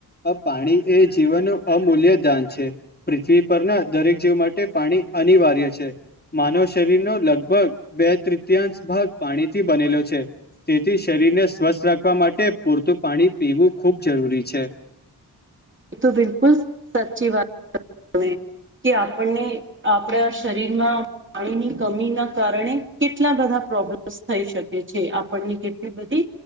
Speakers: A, on the left; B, on the right.
A: આ પાણી એ જીવનનું અમૂલ્યદાન છે. પૃથ્વી પરના દરેક જીવ માટે પાણી અનિવાર્ય છે. માનવ શરીરનો લગભગ બે તૃતીયાંશ ભાગ પાણીથી બનેલો છે. તેથી શરીરને સ્વસ્થ રાખ વા માટે પૂરતું પાણી પીવું ખૂબ જરૂરી છે.
B: એ તો બિલકુલ સાચી વાત <inaudible> કે આપણને આપણા શરીરમાં પાણીની કમીના કારણે કેટલા બધા પ્રોબ્લેમસ થઈ શકે છે, આપણની કેટલી બધી